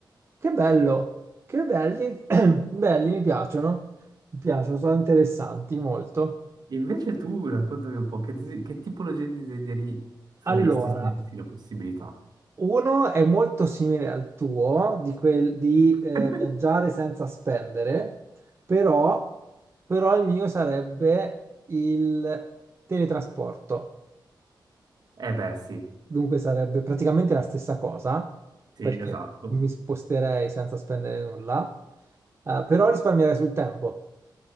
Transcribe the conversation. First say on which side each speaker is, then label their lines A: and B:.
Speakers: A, on the right; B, on the right.
A: che bello, che belli, <clears throat> belli, mi piacciono, mi piacciono, sono interessanti molto.
B: Invece tu raccontami un po' che, desi- che tipologia di desideri faresti
A: Allora,
B: se avessi la possibilità?
A: Uno è molto simile al tuo, di, quel, di eh,
B: <laughs>
A: viaggiare senza spendere, però, però il mio sarebbe il teletrasporto.
B: Eh beh, sì,
A: Dunque sarebbe praticamente la stessa cosa,
B: sì,
A: perché
B: esatto.
A: mi sposterei senza spendere nulla, eh, però risparmierei sul tempo.